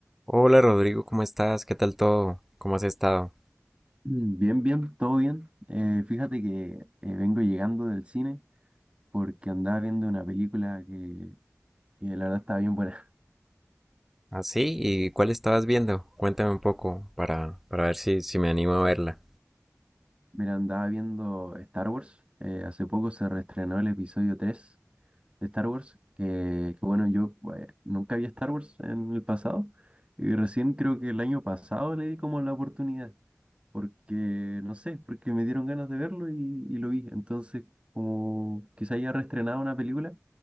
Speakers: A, in the centre; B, on the right.
A: Hola Rodrigo, ¿cómo estás? ¿Qué tal todo? ¿Cómo has estado?
B: Mm, Bien, bien, todo bien. Eh, fíjate que eh, vengo llegando del cine porque andaba viendo una película que, que la verdad estaba bien buena. <laughs>
A: ¿Ah, sí? ¿Y cuál estabas viendo? Cuéntame un poco para, para ver si, si me animo a verla.
B: Mira, andaba viendo Star Wars. Eh, hace poco se reestrenó el episodio 3. Star Wars, que, que bueno, yo eh, nunca vi Star Wars en el pasado y recién creo que el año pasado le di como la oportunidad, porque no sé, porque me dieron ganas de verlo y, y lo vi. Entonces, como que se haya reestrenado una película,